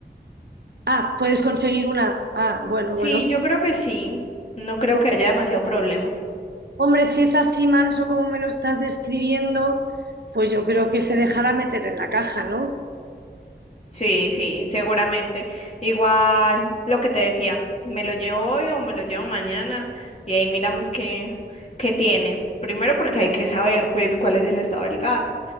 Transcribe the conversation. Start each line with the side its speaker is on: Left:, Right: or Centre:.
Right: Ah, puedes conseguir una. Ah, bueno, bueno.
Left: Sí, yo creo que sí, no creo
Right: Bueno,
Left: que haya demasiado problema.
Right: hombre, si es así manso como me lo estás describiendo, pues yo creo que se dejará meter en la caja, ¿no?
Left: Sí, sí, seguramente. Igual lo que te decía, me lo llevo hoy o me lo llevo mañana y ahí miramos qué, qué tiene. Primero porque hay que saber pues cuál es el estado del gato.